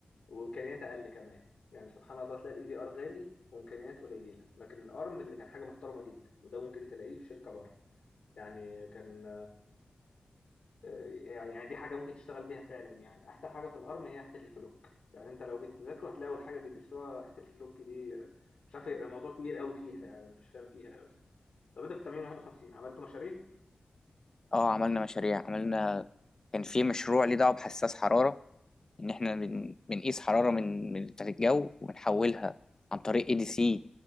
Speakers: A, on the left; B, on the left.
A: وامكانيات اقل كمان يعني سبحان الله تلاقي الاي في ار غالي وامكانيات قليله لكن الارم اللي كان حاجه محترمه جدا وده ممكن تلاقيه في شركه بره يعني كان آه، يعني يعني دي حاجة ممكن تشتغل بيها فعلا يعني أحسن حاجة في الأرم هي حتة الكلوك يعني أنت لو جيت تذاكره هتلاقي أول حاجة بيدرسوها حتة الكلوك دي آه، مش عارف هي موضوع كبير قوي فيها يعني أنا مش فاهم فيها قوي طب أنت في التمرين 51 عملتوا مشاريع
B: اه عملنا مشاريع عملنا كان في مشروع ليه دعوه بحساس حراره ان احنا بن... بنقيس حراره من من بتاعه الجو وبنحولها عن طريق اي دي سي